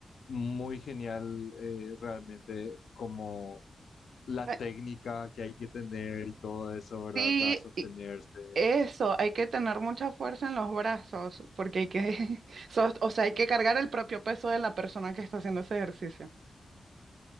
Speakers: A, on the left; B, on the right.
A: muy genial eh, realmente como la
B: Eh,
A: técnica que hay que tener y todo eso, ¿verdad?
B: Sí,
A: Para sostenerse.
B: y eso, hay que tener mucha fuerza en los brazos, porque hay que, <laughs> so- o sea, hay que cargar el propio peso de la persona que está haciendo ese ejercicio.